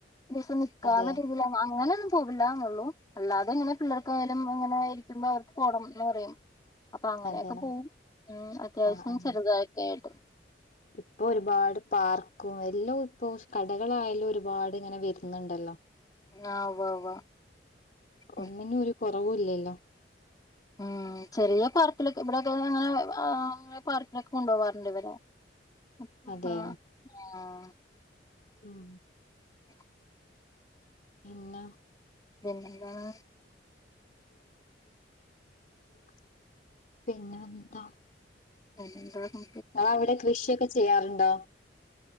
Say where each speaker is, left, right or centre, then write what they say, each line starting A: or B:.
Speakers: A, on the left; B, on the left.
A: ദിവസം നിക്കാവുന്ന
B: അതെ
A: രീതിയില് അങ്ങനെയൊന്നും പോവില്ല എന്നെള്ളൂ അല്ലാതെ ഇങ്ങനെ പിള്ളർക്കായാലും അങ്ങനെയിരിക്കുമ്പോ അവർക്ക് പോകണം എന്ന് പറയും അപ്പൊ അങ്ങനെയൊക്കെ
B: അതെ
A: പോവും ഉം അത്യാവശ്യം
B: ആഹ് ആഹ്
A: ചെറുതായിട്ടക്കൊയിട്ട്
B: ഇപ്പൊ ഒരുപാട് പാർക്കും എല്ലാം ഇപ്പോ കടകളായാലും ഒരുപാട് ഇങ്ങനെ വര് ന്നുണ്ടല്ലോ
A: ആഹ് ഉവ്വ് ഉവ്വ് ഉം
B: ഒന്നിനും ഒരു കൊറവൂല്ലല്ലോ
A: ഉം ചെറിയ പാർക്കിലൊക്കെ ഇവിടെക്കെ ഇങ്ങനെ അങ്ങനെ പാർക്കിലൊക്കെ കൊണ്ടോവാറുണ്ട് ഇവരെ ആഹ്
B: അതെ
A: ആഹ്
B: ഉം
A: ഉം
B: പിന്നെ
A: പിന്നെന്താണ്
B: <inaudible> ഉം പിന്നെ എന്താ?
A: പിന്നെ എന്താർന്നു
B: ഇങ്ങളവിടെ കൃഷിയൊക്കെ ചെയ്യാറുണ്ടോ?